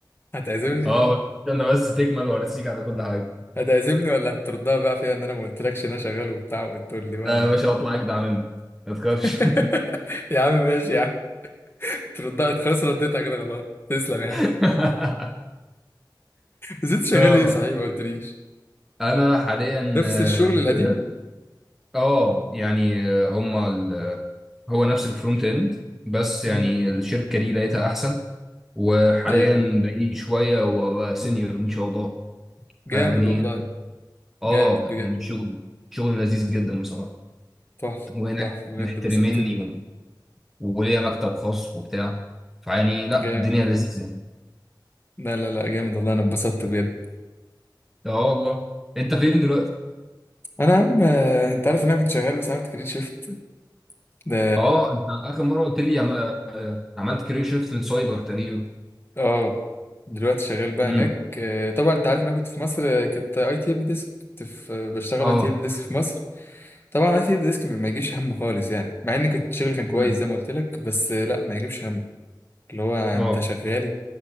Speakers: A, on the left; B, in the centre.
A: هتعزمني
B: اه بس استنى بس تكمل وارسيك على كل حاجة
A: هتعزمني ولا هتردها بقى فيا ان انا ما قلتلكش ان انا شغال وبتاع وتقول لي بقى
B: لا يا باشا
A: إيه؟
B: اطلع اجدع منك ما تخافش
A: <laughs> يا عم ماشي يا عم تردها خلاص رديتها كده خلاص تسلم يا عم
B: <laughs>
A: بس انت شغال
B: اه
A: ايه صحيح ما قلتليش
B: انا حاليا
A: نفس
B: آه،
A: الشغل القديم
B: شغال اه يعني آه، هما ال- آه، هو نفس الفرونت اند بس
A: امم
B: يعني الشركة دي لقيتها احسن وحاليا
A: ايوه ايوه
B: بقيت شوية وابقى سينيور ان شاء الله
A: جامد
B: فيعني
A: والله
B: اه
A: جامد بجد
B: يعني شغل شغل لذيذ جدا بصراحة
A: تحفه
B: وهناك
A: تحفه بجد
B: محترميني
A: بسطتني
B: و- وليا مكتب خاص وبتاع فيعني لا
A: جامد
B: الدنيا لذيذة يعني
A: لا لا لا جامد والله انا اتبسطت بجد
B: اه والله انت فين دلوقتي؟
A: انا يا عم آه، انت عارف ان انا كنت شغال بس عملت كارير شيفت ده
B: اه انت اخر مرة قلت لي عم... آه، عملت كارير شيفت للسايبر تقريبا
A: اه دلوقتي شغال بقى
B: امم
A: هناك آه، طبعا انت عارف ان انا كنت في مصر آه، كنت اي تي ال ديسك كنت في آه، بشتغل
B: اه
A: اي تي ال ديسك في مصر طبعا اي تي ال ديسك ما يجيش همه خالص يعني مع ان كنت شغل كان كويس
B: امم
A: زي ما قلت لك بس آه، لا ما يجيبش هم اللي هو انت
B: اه
A: شغال